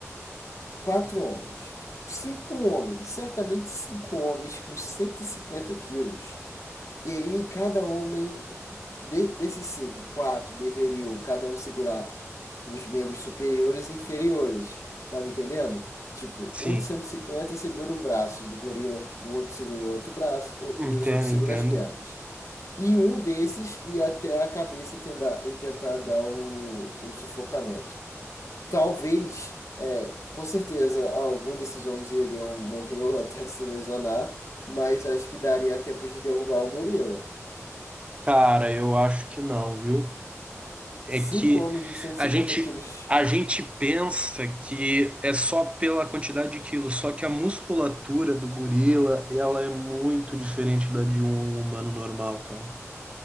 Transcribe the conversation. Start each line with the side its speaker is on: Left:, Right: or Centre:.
Left: Quatro homens. Cinco homens, certamente cinco homens com 150 quilos. E aí, cada homem de- desses cinco, quatro deveriam cada um segurar os membros superiores e inferiores. Tá me entendendo? Tipo,
Right: Sim,
Left: um de 150 segura o braço do gorila, o outro segura o outro braço o-
Right: entendo,
Left: e os outros
Right: entendo.
Left: seguram as pernas. E um desses ia até a cabeça e tentar, e tentar dar o, o sufocamento. Talvez, é, com certeza, algum desses homens iriam morrer ou até se lesionar, mas acho que daria tempo de derrubar o gorila.
Right: Cara, eu acho que não, viu? é
Left: Cinco
Right: que
Left: homens de cento
Right: a
Left: e cinquenta
Right: gente
Left: quilos,
Right: a gente pensa que é só pela quantidade de quilos, só que a musculatura do gorila, ela é muito diferente da de um humano normal, cara.